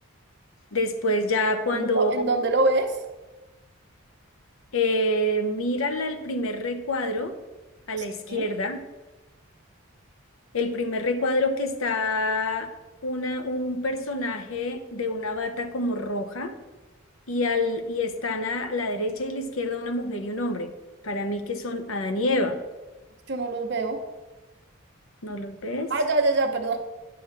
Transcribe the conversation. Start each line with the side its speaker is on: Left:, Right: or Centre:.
Left: Después ya cuando
Right: ¿En dó- en dónde lo ves?
Left: eh, mira la- el primer recuadro a
Right: Sí,
Left: la izquierda, El primer recuadro que está una, un personaje de una bata como roja y, al, y están a la derecha y la izquierda una mujer y un hombre. Para mí que son Adán y Eva.
Right: yo no los veo.
Left: ¿No los ves?
Right: Ah, ya, ya, ya, perdón.